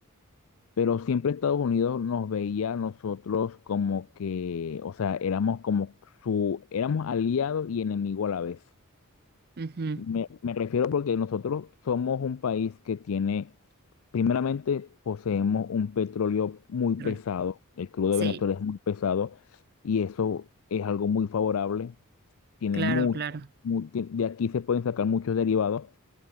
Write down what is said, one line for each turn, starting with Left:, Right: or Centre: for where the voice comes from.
Left: Pero siempre Estados Unidos nos veía a nosotros como que, o sea, éramos como su, éramos aliados y enemigo a la vez.
Right: Ujú.
Left: Me, me refiero porque nosotros somos un país que tiene, primeramente, poseemos un petróleo muy pesado,
Right: Rol.
Left: el crudo
Right: Sí,
Left: de Venezuela es muy pesado y eso es algo muy favorable, tiene
Right: claro,
Left: mucho,
Right: claro.
Left: mu- ti- de aquí se pueden sacar muchos derivados,